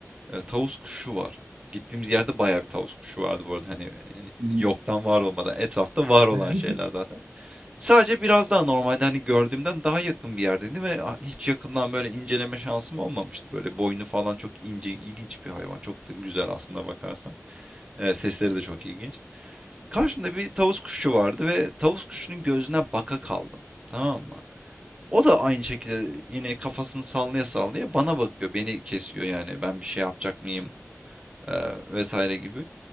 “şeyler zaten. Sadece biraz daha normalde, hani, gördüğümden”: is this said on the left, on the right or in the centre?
Right